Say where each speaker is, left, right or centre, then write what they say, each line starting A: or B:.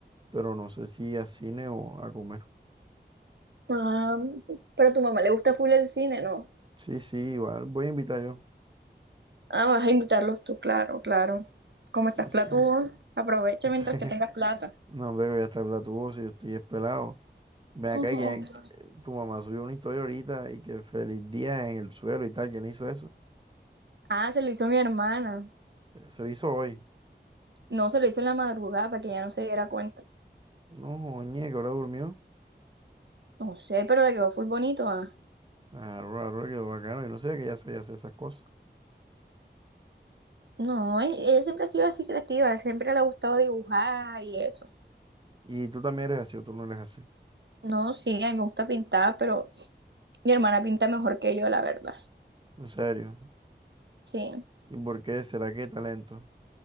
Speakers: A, on the right (about 25°); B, on the right (about 75°).
A: pero no sé si a cine o a comer.
B: Ah, pero a tu mamá le gusta full el cine, ¿no?
A: Sí, sí, igual voy a invitar yo.
B: Ah, vas a invitarlos tú, claro, claro. Como
A: Sí,
B: estás platudo,
A: sí. <laughs>
B: aprovecha mientras
A: Sí.
B: que tengas plata.
A: No, pero voy a estar blatuoso, yo estoy espelado. Ven
B: Ojo.
A: acá, y que- tu mamá subió una historia ahorita y que feliz día en el suelo y tal. ¿Quién hizo eso?
B: Ah, se lo hizo mi hermana.
A: Se lo hizo hoy.
B: No, se lo hizo en la madrugada para que ella no se diera cuenta.
A: No, oye, que ahora durmió.
B: No sé, pero le quedó full bonito, ah.
A: Ah, ahora ahora quedó bacano. Yo no sé que ya sabía hacer esas cosas.
B: No, e- ella siempre ha sido así creativa, siempre le ha gustado dibujar y eso.
A: Y tú también eres así o tú no eres así.
B: No, sí, a mí me gusta pintar, pero mi hermana pinta mejor que yo, la verdad.
A: En serio.
B: Sí,
A: ¿Y por qué? ¿Será que talento?